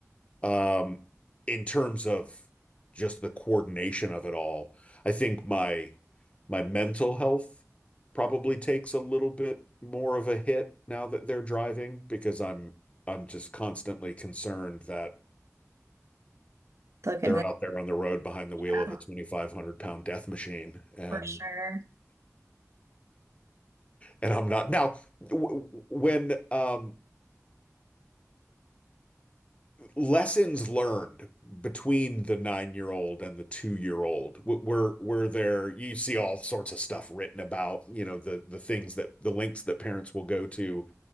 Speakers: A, on the left; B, on the right.
A: um, in terms of just the coordination of it all. I think my my mental health probably takes a little bit more of a hit now that they're driving because I'm I'm just constantly concerned that
B: They'll get
A: they're
B: it
A: out there on the road behind the wheel
B: out
A: of a 2,500 pound death machine and
B: for sure.
A: and I'm not now w w- when um lessons learned between the nine-year-old and the two-year-old were were there you see all sorts of stuff written about you know the the things that the lengths that parents will go to